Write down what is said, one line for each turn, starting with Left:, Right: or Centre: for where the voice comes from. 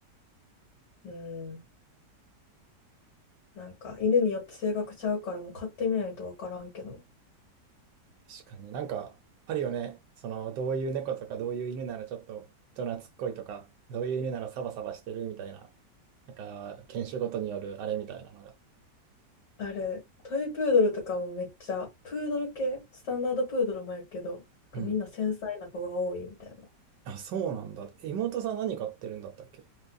Left: うん、なんか犬によって性格ちゃうからもう飼ってみないとわからんけど。
Right: 確かになんかあるよね。その、どういう猫とか、どういう犬ならちょっと人懐っこいとか、どういう犬ならサバサバしてるみたいな、なんか犬種ごとによるあれみたいなのが。
Left: あれ、トイプードルとかもめっちゃ、プードル系、スタンダードプードルもやけど、なんかみんな繊細な子が多いみたいな。
Right: うん。あ、そうなんだ。え妹さん何飼ってるんだったっけ